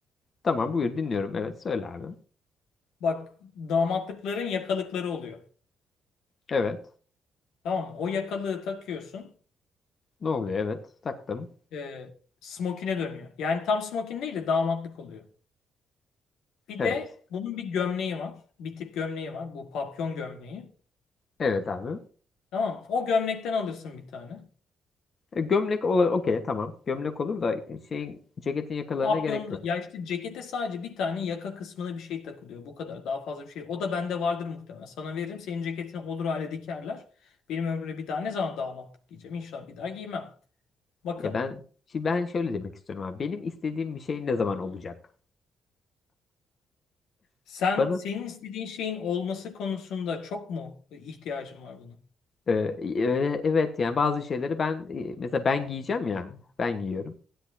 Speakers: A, on the left (about 45°); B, on the left (about 80°).
A: tamam buyur dinliyorum. Evet söyle abi.
B: Bak damatlıkların yakalıkları oluyor.
A: Evet.
B: Tamam mı? O yakalığı takıyorsun.
A: Ne oluyor? Evet. Taktım.
B: E, smokine dönüyor. Yani tam smokin değil de damatlık oluyor. Bir
A: Evet.
B: de bunun bir gömleği var. Bir tip gömleği var. Bu papyon gömleği.
A: Evet abi.
B: Tamam. mı? O gömlekten alırsın bir tane.
A: E, gömlek olur. Okey tamam. Gömlek olur da e, şeyin ceketin yakalarına
B: Papyon
A: gerek yok.
B: ya işte cekete sadece bir tane yaka kısmına bir şey takılıyor. Bu kadar. Daha fazla bir şey. O da bende vardır muhtemelen. Sana veririm. Senin ceketini olur hale dikerler. Benim ömrümde bir daha ne zaman damatlık giyeceğim? İnşallah bir daha giymem. Bakalım.
A: Ya ben şimdi ben şöyle demek istiyorum abi. Benim istediğim bir şey ne zaman olacak?
B: Sen
A: Bana
B: senin istediğin şeyin olması konusunda çok mu ihtiyacın var buna?
A: Ee, e, evet yani bazı şeyleri ben e, mesela ben giyeceğim ya ben giyiyorum.